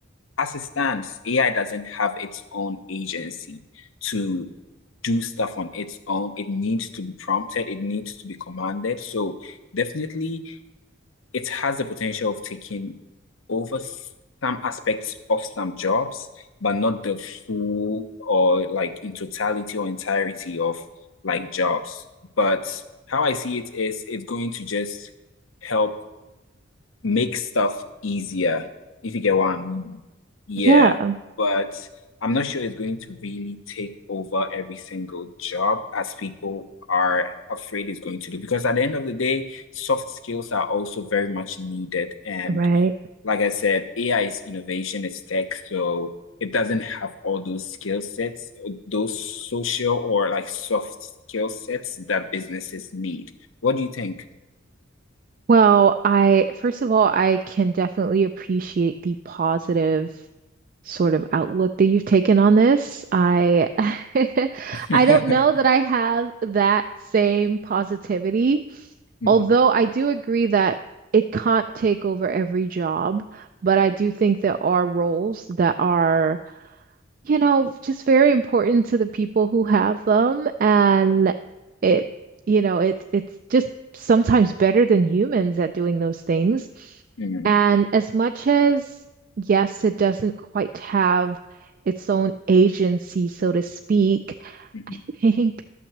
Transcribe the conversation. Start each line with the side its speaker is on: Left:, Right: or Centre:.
Left: as it stands AI doesn't have its own agency to do stuff on its own it needs to be prompted it needs to be commanded so definitely it has the potential of taking over some aspects of some jobs, but not the full or like in totality or entirety of like jobs. But how I see it is it's going to just help make stuff easier, if you get what I mean. Yeah,
Right: Yeah,
Left: but I'm not sure it's going to really take over every single job as people are afraid it's going to do. Because at the end of the day, soft skills are also very much needed. And
Right: right.
Left: like I said, AI is innovation, it's tech, so it doesn't have all those skill sets, those social or like soft skill sets that businesses need. What do you think?
Right: Well, I first of all, I can definitely appreciate the positive sort of outlook that you've taken on this. I <laughs>
Left: <laughs>
Right: I don't know that I have that same positivity.
Left: Mhm,
Right: Although I do agree that it can't take over every job, but I do think there are roles that are, you know, just very important to the people who have them. And it, you know, it, it's just sometimes better than humans at doing those things.
Left: mhm,
Right: And as much as, yes, it doesn't quite have its own agency, so to speak,
Left: mhm,
Right: <laughs>
Left: mhm,
Right: I think,